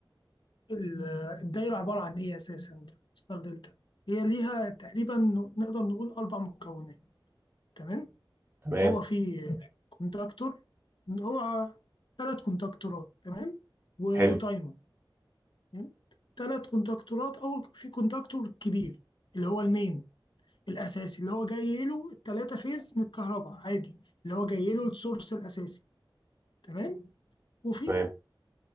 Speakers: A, on the left; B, on the right.
A: ال- الدايرة عبارة عن إيه أساسا ستار دلتا هي ليها تقريبا نقدر نقول أربع مكونات تمام
B: تمام
A: هو في كونتاكتور هو ثلاث كونتاكتورات تمام و-
B: حلو
A: وتايمر تمام ثلاث كونتاكتورات أول في كونتاكتور كبير اللي هو المين الأساسي اللي هو جاي له الثلاثة فيز من الكهرباء عادي اللي هو جاي له السورس الأساسي تمام وفي
B: تمام